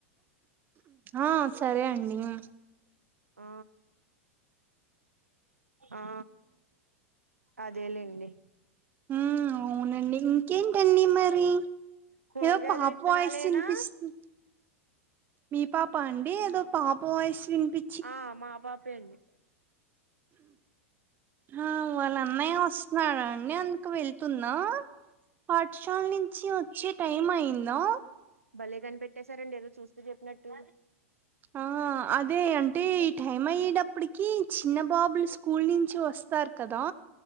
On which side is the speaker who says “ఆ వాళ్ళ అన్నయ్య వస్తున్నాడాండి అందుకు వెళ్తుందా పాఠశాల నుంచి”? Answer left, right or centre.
Right